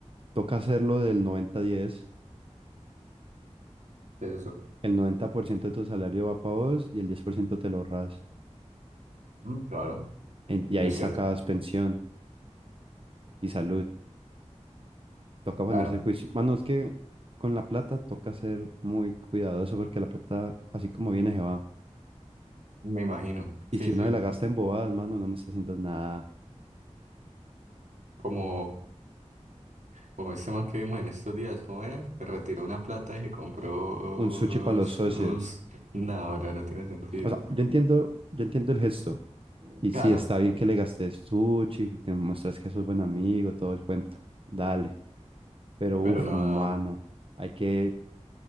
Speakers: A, on the right; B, on the right.
A: toca hacerlo del noventa diez
B: ¿Qué es eso?
A: El 90% de tu salario va para vos y el 10% te lo ahorras.
B: Mm, claro,
A: En- y
B: no
A: ahí
B: es
A: sacas
B: cierto.
A: pensión y salud. Toca ponerse
B: Claro,
A: juicio. Mano, es que con la plata toca ser muy cuidadoso porque la plata, así como viene, se va.
B: me imagino.
A: Y
B: Sí,
A: si
B: sí.
A: uno se la gasta en bobadas, mano, no necesitas nada.
B: Como, como este man que vimos en estos días, ¿cómo era? Que retiró una plata y se compró
A: Un sushi para los
B: sus
A: socios.
B: unos... No, no, no tiene sentido.
A: O sea, yo entiendo, yo entiendo el gesto. Y
B: Claro,
A: sí, está bien que le gastes sushi, te muestras que sos buen amigo, todo el cuento. Dale. Pero
B: pero
A: uff,
B: no,
A: mano,
B: no.
A: hay que,